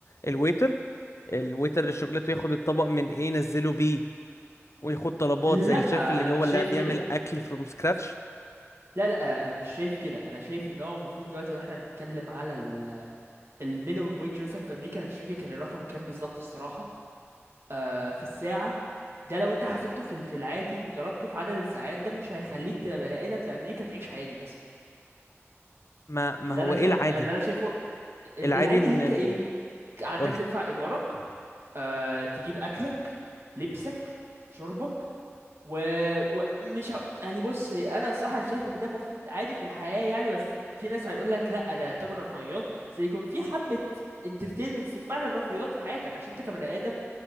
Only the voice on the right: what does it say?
لا
انا
مش
شايف
كده
لا لا انا مش شايف كده انا شايف ان هو المفروض دلوقتي لو احنا هنتكلم على ال... المينيمم ويج مثلا في امريكا انا مش فاكر كان الرقم كام بالظبط الصراحه آه في الساعه ده لو انت حسبته في ال- في العادي وضربته في عدد الساعات ده مش هيخليك تبقى بني ادم في امريكا تعيش عادي مثلا
اللي
انا
شايف
اللي انا شايفه ال-
العادي
اللي انت ايه عندك
تدفع ايجارك آه، تجيب اكلك لبسك شربك ومش و... ومش ه... يعني بص هي انا الصراحه أنا شايف ان ده المفروض عادي في الحياه يعني بس في ناس هيقول لك لا ده يعتبر رفاهيات سيكون في حبه انترتينمنتس وفعلا رفاهيات في حياتك عشان انت كبني ادم